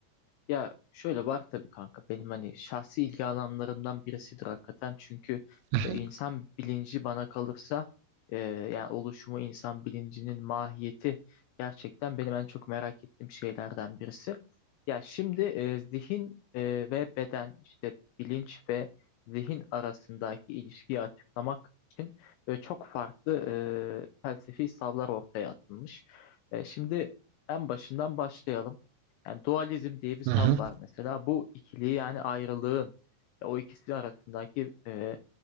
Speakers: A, on the left; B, on the right.
A: Ya şöyle var tabii kanka benim hani şahsi ilgi alanlarımdan birisidir hakikaten çünkü
B: Hı
A: e,
B: hı,
A: insan bilinci bana kalırsa e, yani oluşumu insan bilincinin mahiyeti gerçekten benim en çok merak ettiğim şeylerden birisi. Ya şimdi e, zihin e, ve beden işte bilinç ve zihin arasındaki ilişkiyi açıklamak için böyle çok farklı e, felsefi savlar ortaya atılmış. E, şimdi en başından başlayalım. Yani dualizm diye bir
B: hı hı,
A: tab var mesela. Bu ikiliği yani ayrılığın e, o ikisi arasındaki e,